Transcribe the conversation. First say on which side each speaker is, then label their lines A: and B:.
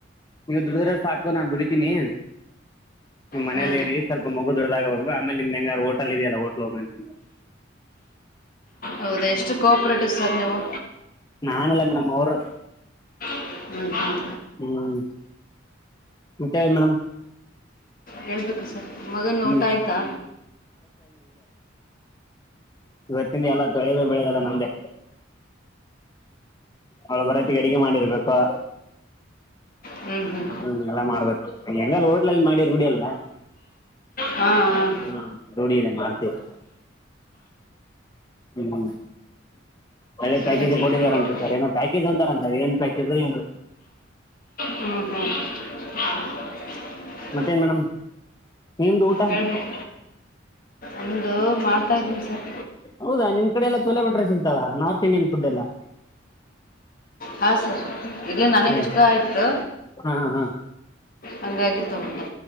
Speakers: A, on the left (about 20°); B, on the left (about 45°).
A: ನೀವು ದುಡಿದ್ರ ಸಾಕು ನಾನ್ ದುಡಿತೀನಿ ನೀವ್ ಮನೇಲಿ
B: ಹ್ಞೂ
A: ಇರ್ರಿ ಸ್ವಲ್ಪಮಗು ದೊಡ್ಡದಾಗೋವರ್ಗು. ಆ ಮೇಲೆ ನಿಮ್ ಹೆಂಗಾರ ಹೋಟಲ್ ಇದೆಯಲ್ಲ ಹೋಟ್ಲ್ ಹೋಗೋ ಅಂತೀರಿ.
B: ಹೌದಾ, ಎಷ್ಟು ಕೋಆಪ್ರೇಟಿವ್ ಸರ್ ನೀವು
A: ನಾನಲ್ಲ ಮೇಡಮ್ ಅವರು
B: ಹ್ಮ್, ಹ್ಮ್-
A: ಹ್ಮ್, ಮತ್ತ ಮೇಡಮ್-
B: ಹೇಳ್ಬೇಕು ಸರ್ ಮಗನ್
A: ಹ್ಮ್
B: ಊಟ ಆಯ್ತಾ.
A: ಇವತ್ತಿನಿ ಎಲ್ಲ ತೊಳದು ಬೆಳದ ನಮ್ದೇ ಅವಳ ಬರ ಅಡಿಗೆ ಮಾಡಿರ್ಬೇಕಾ
B: ಹ್ಞೂ ಹ್ಞೂ
A: ಹ್ಮ್, ಎಲ್ಲ ಮಾಡ್ಬೇಕಲ್ಲ ಹೋಟ್ಲಲ್ಲಿ ಮಾಡಿ ರೂಡಿ ಅಲ್ವಾ
B: ಹಾಂ ಹಾಂ
A: ಹಾ, ರೂಡಿ ಇದೆ ಮಾಡ್ತೀವಿ. ಹ್ಮ್, ಒಳ್ಳೆ
B: ಸರಿ
A: ಪ್ಯಾಕೇಜ್
B: ಸರಿ
A: ಕೊಟ್ಟಿದಾರಂತೆ
B: <unintelligible>
A: ಸರ್ ಏನೋ ಪ್ಯಾಕೇಜ್ ಅಂತಾರಂತ ಏನ್ ಪ್ಯಾಕೇಜ್ ಏನು
B: ಹ್ಮ ಹ್ಮಂ <inaudible>
A: ಮತ್ತೆ ನ್ ಮೇಡಮ್ ನಿಮ್ದು ಊಟ,
B: ಹೇಳ್ಬೇಕು ಒಂದು ಮಾಡ್ತಾಯಿದ್ದೀನಿ ಸರ್
A: ಹೌದಾ, ನಿಮ್ ಕಡೆ ಎಲ್ಲ ಚಛ <unintelligible> ಲ ಬಟ್ರೆ ಸಿಗ್ತಾವ ನಾರ್ತ್ ಇಂಡಿಯನ್ ಫುಡ್ ಎಲ್ಲ
B: ಹಾ, ಸರ್ ಇಲ್ಲಿ ನನಗ್
A: ಹ್ಮ್
B: ಇಷ್ಟ ಆಯ್ತು.
A: ಹಾ ಹಾ
B: ಹಂಗಾಗಿ ತಗೊಂಡೆ.